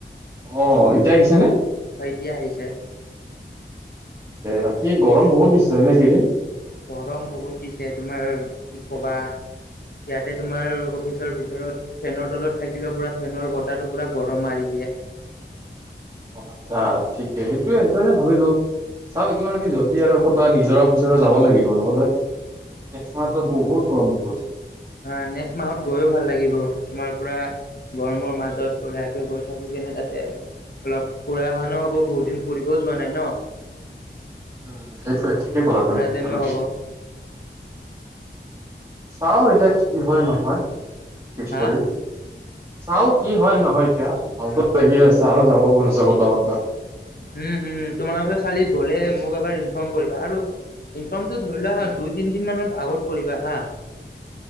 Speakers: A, on the right (about 25°); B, on the left (about 55°).
A: অ', এতিয়া আহিছে নে
B: এতিয়া আহিছে।
A: বাকী গৰম বহুত দিছে হয় ন এই কেইদিন।
B: গৰম বহুত দিছে তোমাৰ কি ক'বা। ইয়াতে তোমাৰ অফিচৰ ভিতৰত ফেনৰ তলত থাকিলে পুৰা ফেনৰ বতাহটো পুৰা গৰম মাৰি দিয়ে। দিয়ে।
A: আচ্ছা ঠিকেই সেইটোয়ে সেইটোনে ভাবিলো। চাও এইটোনে আমি জল্দি আৰু ক'ৰবা নিজৰ অফিচ যাব লাগিব নহলে একমাত্হ বহুত গৰম দিৱ।
B: অ নেক্সট মাহত গৈয়ও ভাল লাগিব তোমাৰ পুৰা গৰমৰ মাজত বঢ়িয়াকে গৈ থাকো কেনে তাতে অলপ ফুৰা অহা নো হ'ব বহুত দিন ফুৰিবও যোৱা নাই ন
A: উম সেইটো ঠিকেই ক'লা
B: ফুৰা
A: তুমি কথাটো
B: যেনো হ'ব
A: চাও এতি কি হয় নহয় ষ
B: হা
A: কৰি চাও কি হয় নহয় এতিয়া ভালো লাগি আছে আৰু যাব মন ক'ত কবা।
B: উম উম তোমালোকে চালি গ'লে মোক এবাৰ ইনফৰ্ম কৰিবা আৰু ইনফৰ্মটো ধৰিলোৱা হা দুই তিনদিন মানত আগত কৰিবা হা